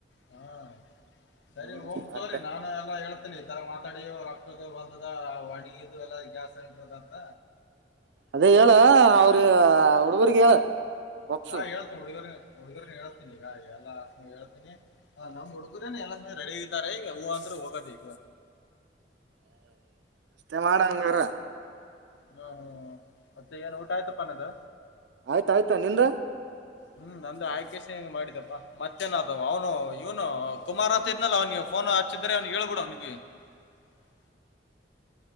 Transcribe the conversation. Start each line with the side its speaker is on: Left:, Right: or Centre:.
Left: ಹಾ ಸರಿ
Right: ಹ್ಮ
Left: ಓಮ ತೋ್ರರಿ
Right: ಮತ್ತೆ
Left: ನಾನು ಎಲ್ಲ ಹೇಳ್ತೇನಿ ಈ ತರ ಮಾತ್ರ ಡ ರೊಕ್ಕದ ಬಂದದ ಅಡಡಿ ಇದು ಎಲ್ಲ ಗ್ಯಾಸ್ ಸಿಲಿಂಡರ್ ಅದಂತ
Right: ಅದೇ ಹೇಳ ಅವ್ರ ಹುಡುಗರ್ರಿಗೆ ಹೇಳ ಒಪ್ಸ
Left: ಹಾ ಯಳ್ತ ಇಡ್ವ
Right: <inaudible>
Left: ಈಗ ಎಲ್ಲ ಹೇಳ್ತೀನಿ ನಮ್ ಹುಡುಗದೇನೆ ಎಲ್ಲ ರೆಡಿ ಇದ್ದಾರೆ ಈಗ ಹೂ ಅಂದ್ರೆ ಹೋಗೋದ ಈಗ
Right: ಹ್ಮ ಮತ್ತೆ ಮಾಡ ಹಂಗಾರ
Left: ಹ್ಮ ಹ್ಮ್ ಮತ್ತೆ ಏನ್ ಊಟ ಆಯ್ತಪ್ಪನ್ದ
Right: ಆಯ್ತಾಯಯ್ತಾ ನಿಂದ
Left: ಹ್ಮ್ ನಂದು ಆಯ್ಕೇಶ ಹೆಂಗ ಮಾಡಿದಪ್ಪಾ ಮತ್ತೇನ ಅದು ಅವ್ನು ಇವನು ಕುಮಾರ್ ಅಂತ ಇದ್ನಲ್ಲ ಅವ್ನಿಗೆ ಫೋ ಹಚ್ಚಿದ್ರೆ ಅವ್ನಿಗೆ ಹೇಳ್ಬಿಡು ಅವನಿಗೆ <unintelligible>